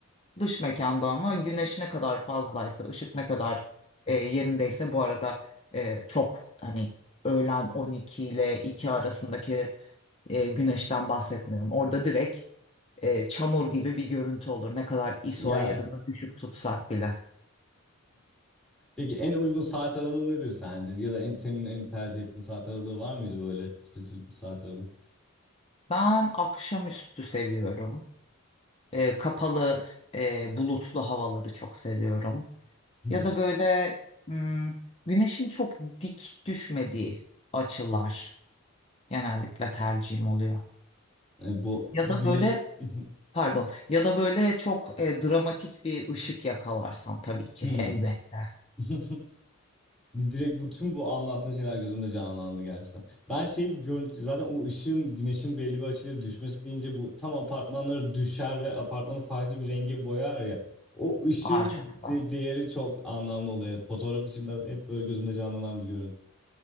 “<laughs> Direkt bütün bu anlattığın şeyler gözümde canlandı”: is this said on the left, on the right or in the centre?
Centre